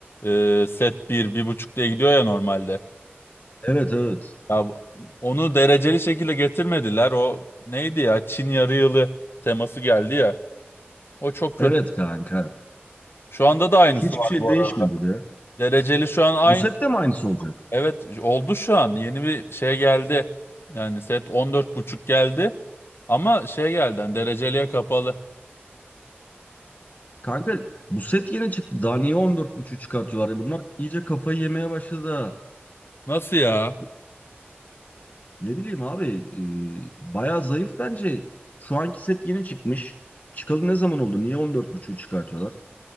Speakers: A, on the left; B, on the left.
A: e, set bir bir buçuk diye gidiyor ya normalde.
B: Evet evet.
A: Ya bu- onu dereceli şekilde getirmediler. O neydi ya Çin yarı yılı teması geldi ya. O çok kötü.
B: Evet kanka.
A: Şu anda da aynısı
B: Hiçbir
A: var
B: şey
A: bu
B: değişmedi
A: arada.
B: de.
A: Dereceli şu an aynı.
B: Bu sette mi aynısı olacak?
A: Evet oldu şu an. Yeni bir şey geldi. Yani set on dört buçuk geldi. Ama şey geldi hani dereceliye kapalı.
B: Kanka bu set yeni çıktı. Daha niye 14.5 çıkartıyorlar ya? Bunlar iyice kafayı yemeye başladı. ha.
A: Nasıl ya?
B: Ne bileyim abi. e, bayağı zayıf bence. Şu anki set yeni çıkmış. Çıkalı ne zaman oldu? Niye 14.5 çıkartıyorlar?